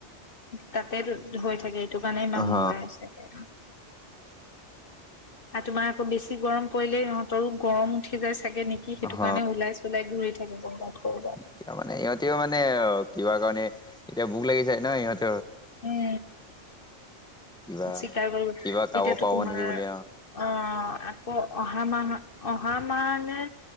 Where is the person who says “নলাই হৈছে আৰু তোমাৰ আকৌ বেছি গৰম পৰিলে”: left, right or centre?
Left